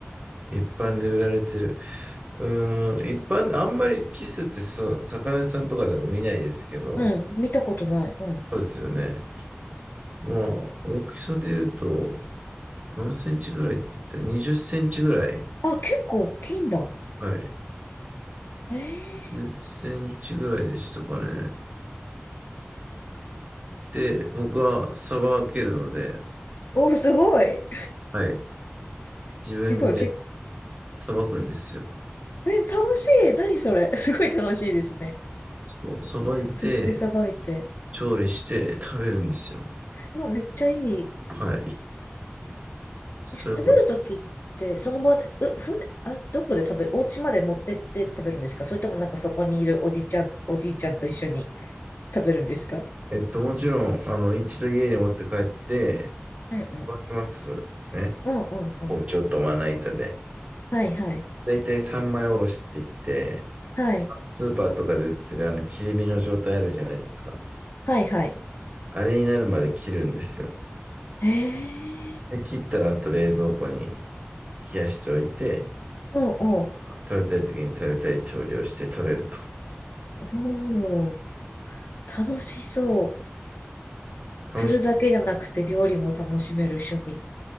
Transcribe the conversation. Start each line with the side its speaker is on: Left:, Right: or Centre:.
Right: 一般で売られてる。うーん、一般、あんまりキスってそう、魚屋さんとかでも見ないですけど、
Left: うん、見たことない。うん。
Right: そうですよね。まあ、大きさで言うと、何センチぐらいって言ったら、20センチぐらい。
Left: あ、結構大きいんだ。
Right: はい。
Left: へえ。
Right: 10センチぐらいでしたかね。で、僕はさばけるので、
Left: お、すごい。
Right: はい。
Left: <laughs>
Right: 自分で
Left: すごい。結
Right: さばくんですよ。
Left: え、楽しい。何それ。<laughs> すごい楽しいですね。
Right: そう、さばいて、
Left: 釣ってさばいて。
Right: 調理して食べるんですよ。
Left: あ、めっちゃいい。
Right: はい。そういうこと。
Left: え、食べるときって、その場で、う、船、あ、どこで食べる、お家まで持ってって食べるんですかそれともなんかそこにいるおじちゃん、おじいちゃんと一緒に食べるんですか
Right: えっと、もちろん、あの、一度家に持って帰って、
Left: うんうん。
Right: さばきますね。
Left: うんうんうん。
Right: 包丁とまな板で。
Left: はいはい。
Right: だいたい三枚おろしって言って、
Left: はい。
Right: スーパーとかで売ってるあの切り身の状態あるじゃないですか。
Left: はいはい。
Right: あれになるまで切るんですよ。
Left: へえ。
Right: で、切ったらあと冷蔵庫に冷やしておいて、
Left: うんうん。
Right: 食べたい時に食べたい調理をして食べると。
Left: おお、楽しそう。
Right: 楽しい
Left: 釣るだけじゃなくて料理も楽しめる趣味。